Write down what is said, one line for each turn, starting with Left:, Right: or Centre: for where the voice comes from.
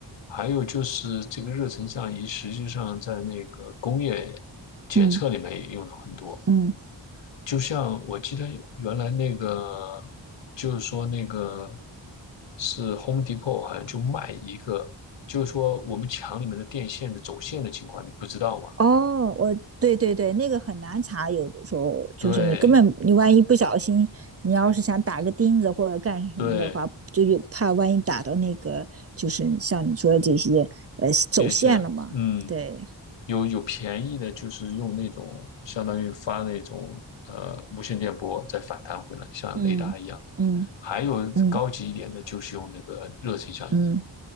Left: 还有就是这个热成像仪，实际上在那个工业检测里面也用的很多。
Right: 嗯嗯，
Left: 就像我记得原来那个，就是说那个是 Home Depot 好像就卖一个，就是说我们墙里面的电线的走线的情况，你不知道吗？
Right: 哦，我对对对，那个很难查，有的时候就是你根本你万一不小心，
Left: 对
Right: 你要是想打个钉子或者干什么的话，
Left: 对，
Right: 就有怕万一打到那个就是像你说的这些呃走线了嘛。
Left: 电线，嗯。
Right: 对，
Left: 有有便宜的，就是用那种相当于发那种呃无线电波再反弹回来，像雷达一样。
Right: 嗯嗯
Left: 还有高级一点的，
Right: 嗯
Left: 就是用那个热成像仪，
Right: 嗯，